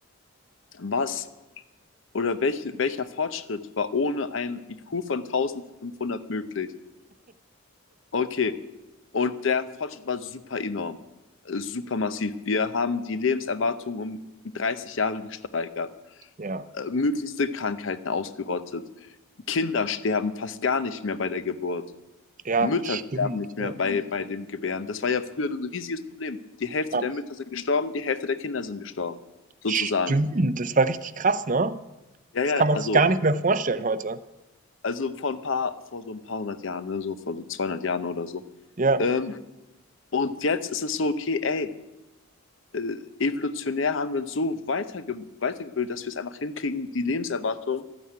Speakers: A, on the left (about 60°); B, on the right (about 35°).
A: Was oder welch, welcher Fortschritt war ohne einen IQ von tausendfünfhundert möglich? Okay, Und der Fortschritt war super enorm, äh, super massiv. Wir haben die Lebenserwartung um 30 Jahre gesteigert,
B: ja,
A: äh, möglichste Krankheiten ausgerottet. Kinder sterben fast gar nicht mehr bei der Geburt.
B: ja,
A: Mütter
B: stimmt,
A: sterben nicht mehr
B: ja,
A: bei, bei dem Gebären. Das war ja früher ein riesiges Problem. Die Hälfte
B: ab
A: der Mütter sind gestorben, die Hälfte der Kinder sind gestorben, sozusagen.
B: stimmt, das war richtig krass, ne?
A: Ja,
B: Das
A: ja,
B: kann man
A: also,
B: sich gar nicht mehr vorstellen heute.
A: also vor ein paar, vor so ein paar hundert Jahren, ne, so vor so 200 Jahren oder so.
B: Ja,
A: Ähm, und jetzt ist es so, okay, ey, äh, evolutionär haben wir uns so weiterge weitergebildet, dass wir es einfach hinkriegen, die Lebenserwartung